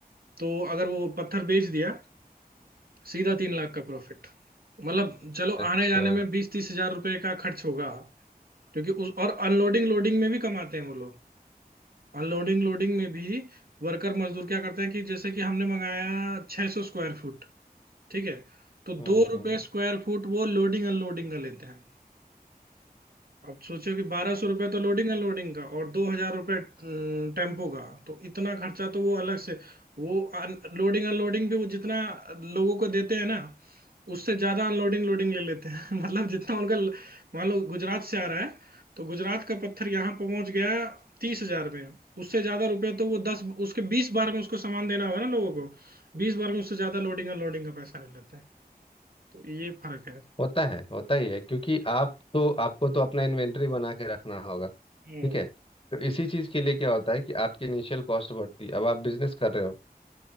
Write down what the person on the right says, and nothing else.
तो अगर वो पत्थर बेच दिया सीधा तीन लाख का प्रॉफिट मतलब चलो
आने जाने में बीस तीस हजार रुपए का खर्च होगा क्योंकि उस और अनलोडिंग लोडिंग में भी कमाते हैं वो लोग अनलोडिंग लोडिंग में भी वर्कर मजदूर क्या करते हैं कि जैसे कि हमने मंगाया 600 स्क्वायर फुट ठीक है तो
दो रुपए
स्क्वायर फुट वो लोडिंग अनलोडिंग का लेते हैं अब सोचो कि बारह सौ रुपये तो लोडिंग अनलोडिंग का और दो हजार रुपये टेम्पो का तो इतना खर्चा तो वो अलग से वो लोडिंग अनलोडिंग भी वो जितना लोगों को देते हैं ना उससे ज्यादा अनलोडिंग लोडिंग ले लेते हैं <laughs> मतलब जितना उनका मान लो गुजरात से आ रहा है तो गुजरात का पत्थर यहाँ पहुंच गया तीस हजार में उससे ज्यादा रुपए तो वो दस उसके बीस बार में उसको सामान देना होगा ना लोगों को बीस बार में उससे ज्यादा लोडिंग अनलोडिंग का पैसा ले लेते हैं तो ये फर्क है
हम्म